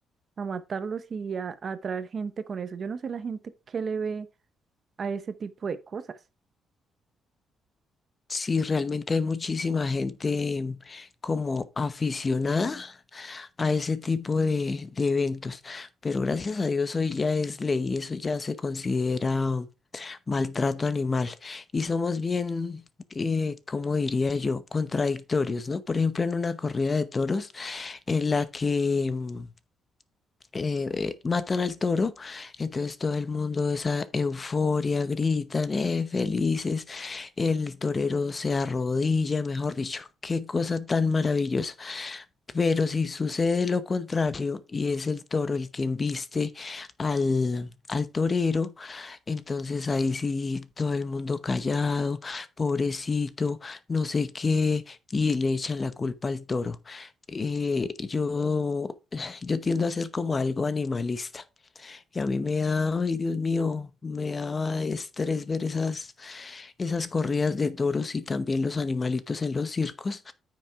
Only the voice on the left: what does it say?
Sí, realmente hay muchísima gente como aficionada a ese tipo de, de eventos. Pero gracias a Dios hoy ya es ley, eso ya se considera maltrato animal. Y somos bien, eh, como diría yo, contradictorios, ¿no? Por ejemplo, en una corrida de toros en la que... mm, eh, eh, matan al toro, entonces todo el mundo esa euforia, gritan, eh, felices, el torero se arrodilla, mejor dicho, qué cosa tan maravillosa. Pero si sucede lo contrario y es el toro el que embiste al, al torero, entonces ahí sí todo el mundo callado, pobrecito, no sé qué, y le echan la culpa al toro. Eh, yo, <sighs> yo tiendo a ser como algo animalista. Y a mí me da, ay Dios mío, me da estrés ver esas esas corridas de toros y también los animalitos en los circos,